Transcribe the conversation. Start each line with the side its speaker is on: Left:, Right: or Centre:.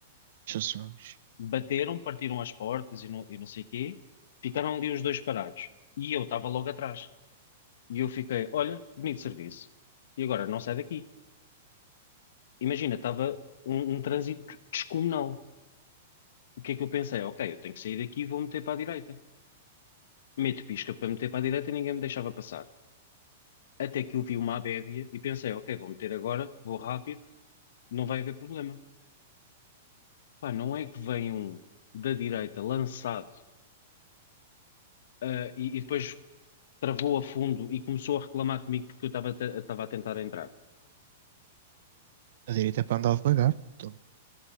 Right: Jesus,
Left: Bateram, partiram as portas e não, e não sei o quê. Ficaram ali os dois parados. E eu estava logo atrás. E eu fiquei, olha, bonito serviço. E agora não sai daqui. Imagina, estava um, um trânsito descomunal. O que é que eu pensei? Ok, eu tenho que sair daqui e vou meter para a direita. Meto pisca para meter para a direita e ninguém me deixava passar. Até que eu vi uma abébia e pensei, ok, vou meter agora, vou rápido, não vai haver problema. Pá, não é que vem um da direita lançado ah, e, e depois travou a fundo e começou a reclamar comigo porque eu estava a te- estava a tentar entrar.
Right: a direita é para andar devagar, portanto,